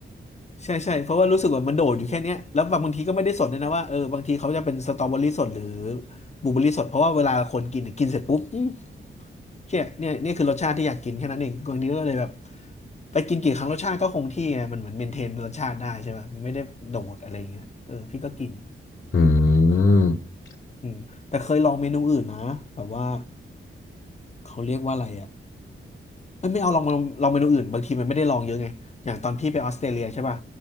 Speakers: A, on the left; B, on the left.
A: ใช่ใช่เพราะว่ารู้สึกว่ามันโดดอยู่แค่เนี้ยแล้วบางทีก็ไม่ได้สดด้วยนะว่าเออบางทีเขาจะเป็นสตรอเบอรี่สดหรือบลูเบอร์ี่สดเพราะว่าเวลาคนกินกินเสร็จปุ๊บอืมเจ๊ยเนี่ยนี่คือรสชาติที่อยากกินแค่นั้นเองบางทีก็เลยแบบไปกินกี่ครั้งรสชาติก็คงที่ไงมันเหมือนเมนเทนรสชาติได้ใช่ไหมไม่ได้โดดอะไรอย่างเงี้ยเออพี่ก็กิน
B: อืม
A: อืมแต่เคยลองเมนูอื่นนะแบบว่าเขาเรียกว่าอะไรอ่ะไม่ไม่เอาลองลองลองเมนูอื่นบางทีมันไม่ได้ลองเยอะไงอย่างตอนพี่ไปออสเตรเลียใช่ป่ะ